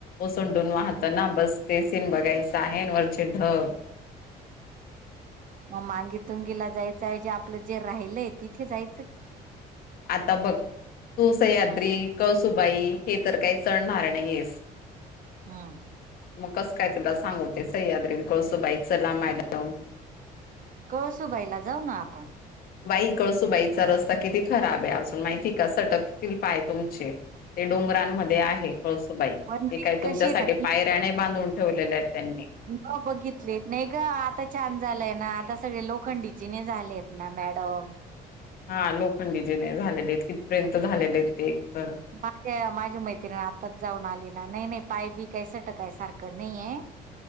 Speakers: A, on the left; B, on the right.
A: ओसंडून वाहतं ना बस ते सीन बघायचं आहे न वरचे ढग.
B: मग मांगी तुंगीला जायचं आहे जे आपलं जे राहिलंय तिथे जायचं
A: आता बघ तू सह्याद्री
B: हम्म
A: कळसुबाई हे तर काही चडणार नाही आहेस.
B: हम्म.
A: मग कसं काय तुला सांगवते सह्याद्रीन कळसूबाई चला मॅडम.
B: कळसुबाईला जाऊ ना आपण
A: बाई कळसुबाईचा रस्ता किती खराब आहे अजून माहिती का सटकतील पाय तुमचे ते डोंगरांमध्ये आहे कळसुबाई.
B: पण ती
A: ते काही तुमच्यासाठी
B: कशी राहिली
A: पायऱ्या नाही बांधून ठेवलेल्या आहेत त्यांनी
B: हो बघितले नाही गं आता छान झालंय ना आता सगळे लोखंडी जीने झालेत. ना मॅडम
A: हा लोखंडी जीने झालेले आहेत कितपर्यंत झालेले आहेत ते एक तर
B: बाकी काय माझी मैत्रिण आत्ताच जाऊन आली ना नाही नाही पाय बी काय सटकाय सारखं नाहीये. <unintelligible>